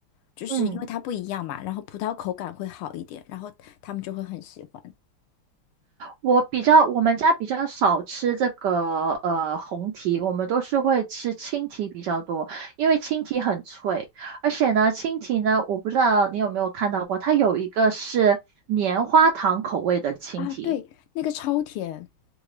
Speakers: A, on the left (about 80°); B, on the right (about 75°).
A: 就是因为它不一样嘛，
B: 嗯。
A: 然后葡萄口感会好一点，然后他们就会很喜欢
B: 我比较，我们家比较少吃这个呃红提，我们都是会吃青提比较多，因为青提很脆，而且呢，青提呢，我不知道你有没有看到过，它有一个是棉花糖口味的青提，
A: 啊。对，那个超甜，